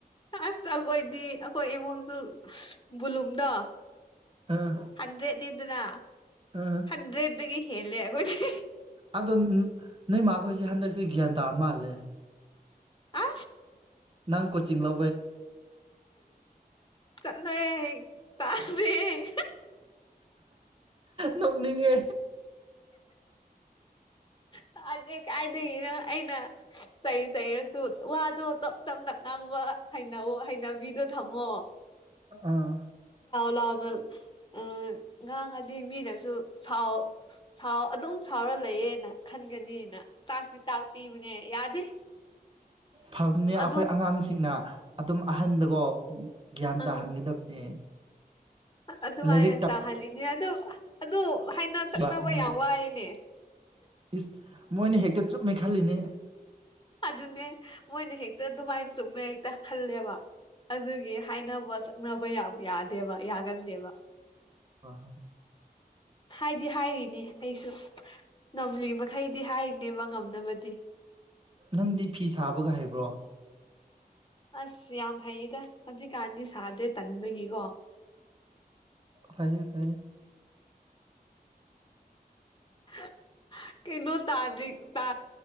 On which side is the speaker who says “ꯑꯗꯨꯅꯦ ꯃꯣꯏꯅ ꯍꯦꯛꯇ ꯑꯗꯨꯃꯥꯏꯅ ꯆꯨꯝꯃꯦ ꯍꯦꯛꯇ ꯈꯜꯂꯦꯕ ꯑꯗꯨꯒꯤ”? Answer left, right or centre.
Left